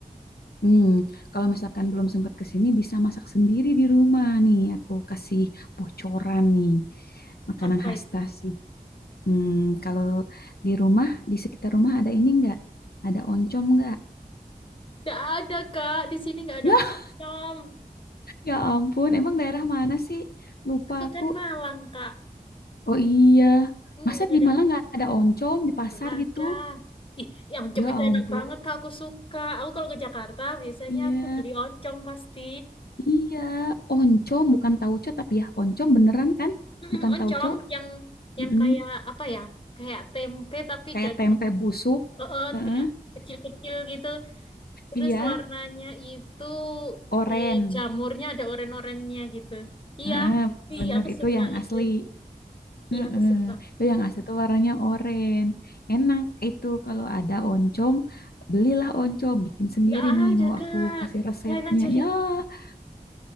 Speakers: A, on the left (about 80°); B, on the left (about 35°).
A: Hmm, kalau misalkan belum sempat ke sini bisa masak sendiri di rumah nih. Aku kasih bocoran nih. Makanan
B: Apa
A: khas
B: itu?
A: Tasik. Hmm, kalau di rumah, di sekitar rumah ada ini enggak? Ada oncom enggak?
B: Nggak ada Kak, di sini nggak ada
A: Ya,
B: oncom.
A: ya ampun. Emang daerah mana sih? Lupa
B: Aku
A: aku.
B: kan Malang Kak,
A: Oh iya.
B: Hmm,
A: Masa
B: nggak
A: di
B: ada.
A: Malang nggak ada oncom di pasar
B: Nggak ada.
A: gitu?
B: Ih, ya oncom
A: Ya
B: itu
A: ampun.
B: enak banget Kak, aku suka. Aku kalau ke Jakarta biasanya
A: Iya.
B: aku beli oncom pasti.
A: Iya, oncom bukan tauco tapi ya oncom beneran kan?
B: Mm-mm,
A: Bukan
B: oncom
A: tauco.
B: yang yang
A: Mm-mm.
B: kayak apa ya? Kayak tempe tapi
A: Kayak
B: dari
A: tempe busuk.
B: Oh, oh,
A: Heeh.
B: kayak kecil-kecil gitu. Terus
A: Iya,
B: warnanya itu
A: oren.
B: eh, jamurnya ada oren-orennya gitu. Iya,
A: Heeh,
B: iya
A: bener
B: aku
A: itu
B: suka
A: yang
B: itu.
A: asli. Heeh.
B: Iya aku suka.
A: Itu yang asli tuh warnanya oren. Enak itu kalau ada oncom, belilah oncom, bikin sendiri
B: Nggak
A: nih.
B: ada
A: Mau
B: kak.
A: aku kasih resepnya.
B: Lain aja deh.
A: Ya, <laughs>